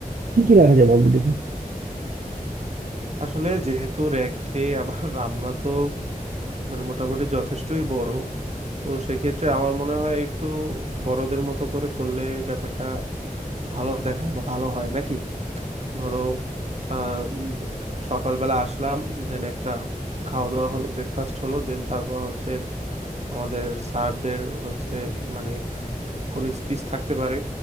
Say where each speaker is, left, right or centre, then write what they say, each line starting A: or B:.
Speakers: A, on the right; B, on the right.
A: কি কি রাখা যায় বলতো দেখি
B: আসলে যেহেতু র্যাগ ডে আবার আমরা তো মানে মোটামুটি যথেষ্টই বড় তো সেক্ষেত্রে আমার মনে হয় একটু বড়দের মতো করে করলে ব্যাপারটা ভালো দেখায় বা ভালো হয় নাকি ধরো আহ, উম, সকালবেলা আসলাম দেন একটা খাওয়া দাওয়া হলো ব্রেকফাস্ট হলো দেন তারপর হচ্ছে আমাদের স্যারদের হচ্ছে মানে কোন স্পিচ থাকতে পারে